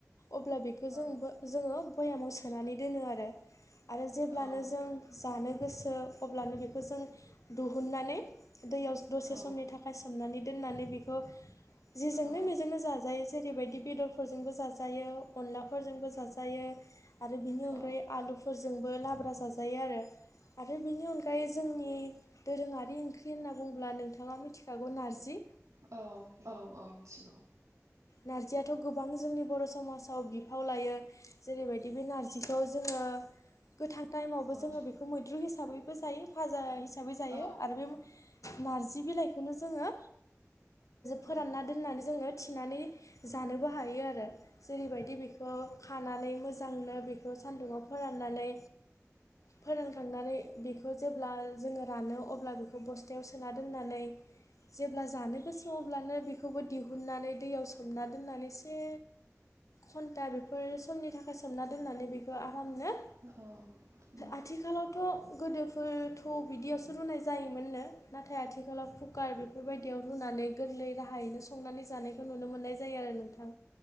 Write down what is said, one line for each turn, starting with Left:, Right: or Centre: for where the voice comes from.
Left: अब्ला बे बे
Right: औ
Left: जोंबो जोङो भयामाव सोनानै दोनो आरो आरो जेब्लानो
Right: औ
Left: जों जानो गोसो अब्लानो बेखौ जों दिहुुननानै दैयाव दसे
Right: औ
Left: समनि थाखाय सोमनानै दोननानै बेखौ जिजोंनो
Right: औ
Left: बेेजोंनो जाजायो जेरैबायदि बेदरफोरजोंबो जाजायो अनलाफोरजोंबो जाजायो आरो बेनि अनगायै
Right: औ
Left: आलुफोरजोंबो लाब्रा जाजायो आरो आरो बेनि अनगायै जोंनि दोरोङारि ओंख्रि होनना बुङोब्ला नोंथाङा मिथिखागौ नारजि
Right: औ औ औ मिथिगौ
Left: नारजियाथ' गोबां जोंनि बर' समाजाव बिफाव लायो जेरैबायदि बे नारजिखौ जोङो गोथां टाइमावबो जोङो
Right: औ
Left: बेखौ मैद्रु हिसाबैबो जायो भाजा हिसाबै जायो
Right: औ
Left: आरो बे नारजि बिलाइखौनो जोङो
Right: औ
Left: फोरानना दोननानै जोङो थिनानै जानोबो हायो आरो जेरैबायदि बिखौ खानानै मोजांनो बेखौ सान्दुंङाव फोराननानै फोरानखांनानै बेखौ जेब्ला जोङो रानो अब्ला बेखौ बस्थायाव सोना दोननानै जेब्ला जानो गोसो अब्लानो बिखौबो दिहुननानै दैयाव सोमना दोननानै एसे घन्टा बेफोर समनि थाखाय सोमना दोननानै बेखौ आरामनो
Right: औ
Left: आथिखालावथ' गोदोफोरथ' बिदियावसो रुनाय जायोमोननो नाथाय आथिखालाव कुकार बेफोरबायदियाव रुनानै गोरलै राहायैनो संनानै जानायखौ नुनो मोननाय जायो आरो नोंथां